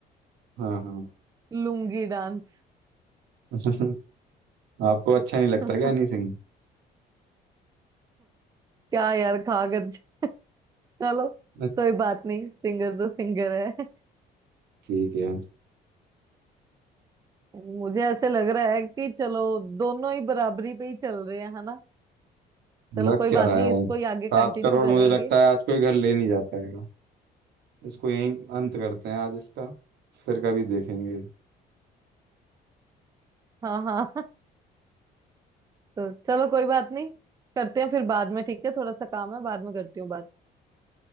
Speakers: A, on the right (about 75°); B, on the right (about 20°).
A: हाँ हाँ
B: लुंगी डांस
A: <laughs> आपको अच्छा नहीं लगता
B: <laughs>
A: क्या हनी सिंह
B: क्या यार कागज चलो
A: अच्छा
B: कोई बात नहीं सिंगर तो सिंगर है
A: ठीक है
B: मुझे ऐसे लग रहा है कि चलो दोनों ही बराबरी पे ही चल रहे हैं है ना चलो
A: लग
B: कोई
A: क्या
B: बात
A: रहा
B: नहीं
A: है
B: इसको ही आगे
A: सात
B: कंटिन्यू
A: करोड़
B: करेंगे
A: मुझे लगता है आज कोई घर ले नहीं जा पाएगा इसको यहीं अंत करते हैं आज इसका फिर कभी देखेंगे
B: हाँ हाँ <laughs> तो चलो कोई बात नहीं करते हैं फिर बाद में ठीक है थोड़ा सा काम है बाद में करती हूँ बात